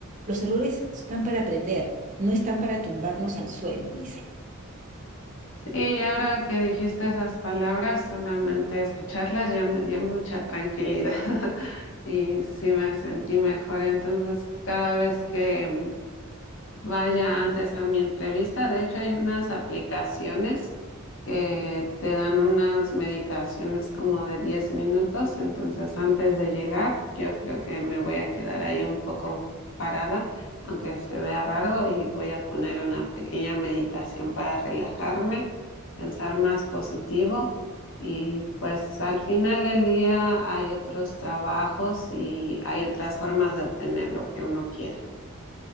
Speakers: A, on the right; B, on the left.
A: los errores están para aprender, no están para tumbarnos al suelo, Isa.
B: Sí, ahora que dijiste esas palabras, solamente escucharlas ya me dio mucha tranquilidad <laughs> y sí me sentí mejor. Entonces, cada vez que, mm, vaya antes a mi entrevista. De hecho, hay unas aplicaciones que te dan unas meditaciones como de 10 minutos. Entonces, antes de llegar, yo creo que me voy a quedar ahí un poco parada, aunque se vea raro, y voy a poner una pequeña meditación para relajarme, pensar más positivo. Y pues al final del día hay otros trabajos y hay otras formas de obtener lo que uno quiere.